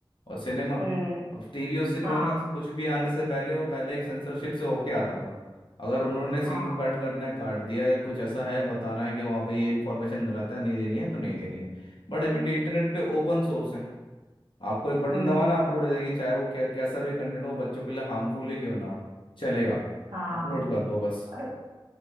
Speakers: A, on the left; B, on the right.
A: और सिनेमा
B: हम्म
A: अब टीवी और सिनेमा
B: हाँ
A: में कुछ भी आने से पहले वो पहले एक सेंसरशिप से होके आता था अगर उन्होंने सीन
B: हाँ
A: कट करना है काट दिया या कुछ ऐसा है बताना है कि वहाँ पे ये इन्फॉर्मेशन गलत है नहीं देनी है तो नहीं देनी है बट अब इंटरनेट पे ओपन सोर्स है आपको एक बटन
B: हम्म
A: दबाना अपलोड हो जाएगी चाहे वो क्या कैसा भी कंटेंट हो वो बच्चों के लिए हार्मफुल ही क्यों ना हो चलेगा
B: हाँ
A: अपलोड कर दो बस
B: और